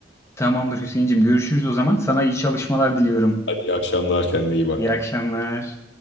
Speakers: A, on the left (about 15°); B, on the left (about 70°).
A: Tamamdır Hüseyincim görüşürüz o zaman. Sana iyi çalışmalar diliyorum.
B: Hadi iyi akşamlar kendine iyi bak.
A: İyi akşamlar.